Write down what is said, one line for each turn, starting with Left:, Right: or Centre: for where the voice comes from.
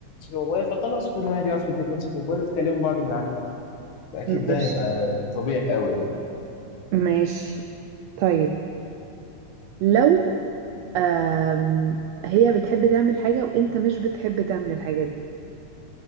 Left: الموبايل فخلاص كل واحد يقعد في البيت يمسك الموبايل ويتكلموا بعض من عليه فاكيد
Right: ماشي
Left: ده هيبقى الطبيعي قوي يعني
Right: ماشي طيب لو آم، هي بتحب تعمل حاجة وانت مش بتحب تعمل الحاجة دي